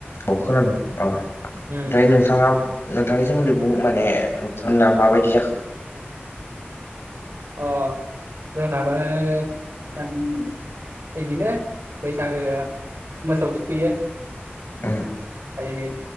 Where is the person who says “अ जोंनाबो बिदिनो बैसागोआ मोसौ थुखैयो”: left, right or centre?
Right